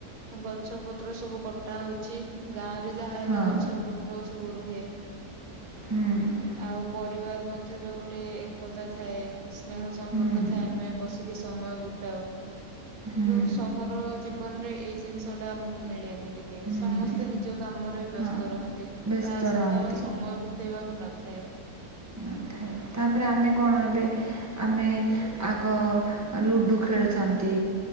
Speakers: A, on the right; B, on the right.
A: ଗଛ ପତ୍ର ସବୁ କଟା ହଉଚି, ଗାଁ ରେ ଯାହା ହେଲେ
B: ହଁ
A: ଗଛ ପତ୍ ପତ୍ର ସବୁ ରୁହେ।
B: ହୁଁ।
A: ଆଉ ପରିବାର ମଧ୍ୟରେ ଗୋଟେ ଏକତା ଥାଏ, ସ୍ନେହ ସମ୍ପର୍କ
B: ହୁଁ
A: ଥାଏ, ଆମେ ବସିକି ସ ସମୟ ବିତାଉ, କିନ୍ତୁ
B: ହୁଁ।
A: ସ ହର ଜୀବନ ରେ ଏଇ ଜିନିଷ ଟା ଆମକୁ ମିଳେନି ଟିକ୍
B: ହୁଁ
A: ସମସ୍ତେ ନିଜ କାମରେ ବ୍ୟସ୍ତ
B: ହଁ
A: ରୁହନ୍ତି।
B: ବ୍ୟସ୍ତ
A: କା ସହିତ
B: ରହନ୍ତି।
A: ଆଉ ସମୟ ବି ବିତେଇବାକୁ ନଥାଏ।
B: ନଥାଏ। ତାପରେ ଆମେ କଣ ଏବେ ଆମେ ଆଗ ଲୁଡ଼ୁ ଖେଳୁଥାନ୍ତି।